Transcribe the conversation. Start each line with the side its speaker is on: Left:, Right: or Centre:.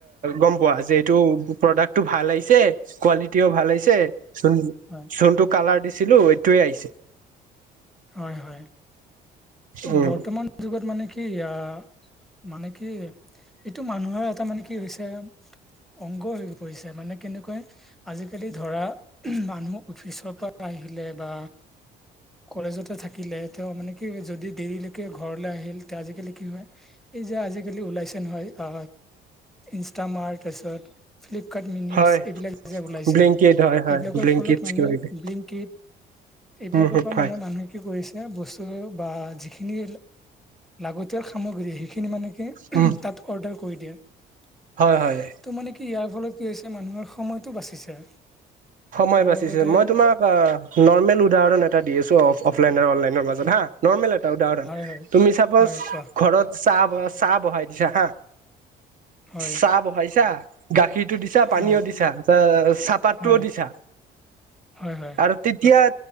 Right: গম পোৱা যে এইটো প্ৰডাক্টটো ভাল আহিছে কোৱালিটিও ভাল আহিছে জোন
Centre: হয়
Right: জোনটো কালাৰ দিছিলো এইটোয়ে আহিছে।
Centre: হয় হয়।
Right: উম
Centre: বৰ্তমান যুগত মানে কি আহ মানে কি এইটো মানুহৰ এটা মানে কি হৈছে অংগ হৈ পৰিছে মানে কেনেকৈ আজিকালি ধৰা মানুহ অফিচৰ পৰা আহিলে বা কলেজতে থাকিলে তেওঁ মানে কি যদি দেৰিলৈকে ঘৰলে আহিল তে আজিকালি কি হয় এই যে আজিকালি ওলাইছে নহয়, আ ইনষ্টামাৰ্ত, ফ্লিপ কাৰ্ট মিনিটচ
Right: হয়
Centre: এইবিলাক যে ওলাইছে
Right: ব্লিংকিত
Centre: এইবিলাকৰ
Right: হয় হয় ব্লিংকিত
Centre: ফলত মানে
Right: কিবা কিবি
Centre: ব্লিকিট, এইবিলাকৰ
Right: উম
Centre: পৰা
Right: হয়
Centre: মানে মানুহে কি কৰিছে বস্তু বা যিখিনি লাগতিয়াল সামগ্ৰী সেইখিনি মানে কি
Right: উম
Centre: তাত অৰ্ডাৰ কৰি দিয়ে। ত'
Right: হয় হয়
Centre: মানে কি ইয়াৰ ফলত কি হৈছে মানুহৰ সময়টো বাচিছে।
Right: সময়
Centre: আৰু
Right: বাচিছে
Centre: লগতে
Right: মই তোমাক নৰ্মেল উদাহৰণ এটা দি আছো অফলাইন ৰ আৰু অনলাইনৰ মাজত হা? নৰ্মেল এটা উদাহৰণ
Centre: হয় হয়
Right: তুমি চাপছ
Centre: হয় কোৱা
Right: ঘৰত চাহ অ চাহ বহাই দিছা হা
Centre: হয়
Right: চাহ বহাইছা গাখীৰটো দিছা পানীও
Centre: হয়
Right: দিছা চাহপা
Centre: হয়
Right: তো দিছা
Centre: হয় হয়
Right: আৰু তেতিয়া